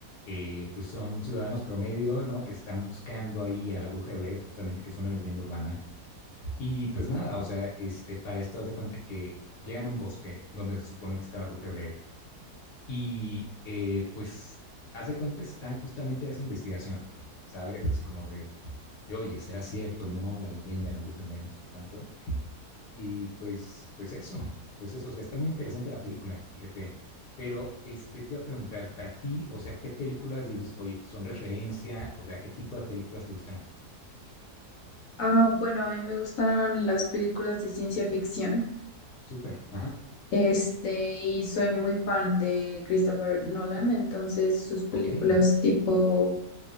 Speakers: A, on the left (about 85°); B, on the left (about 65°).
A: eh, pues son ciudadanos promedio, ¿no? Que están buscando ahí a la bruja de Blair, justamente, que es una leyenda urbana. Y pues nada, o sea, este, para esto haz de cuenta que llegan a un bosque donde se supone que está la bruja de Blair y eh, pues haz de cuenta están justamente en esa investigación, ¿sabes? Así como de y, Oye, ¿será cierto, no? La leyenda, de la bruja Blair, no sé qué tanto. Y pues, pues eso, pues eso, o sea, está muy interesante la película, fíjate. Pero este, te iba a preguntar, para ti, o sea, ¿qué películas dices, oye, son referencia? O sea, ¿qué tipo de películas te gustan a ti?
B: Ah, bueno, a mí me gustan las películas de ciencia ficción.
A: Súper, ajá,
B: Este, y soy muy fan de Christopher Nolan, entonces sus películas
A: ok, ajá,
B: tipo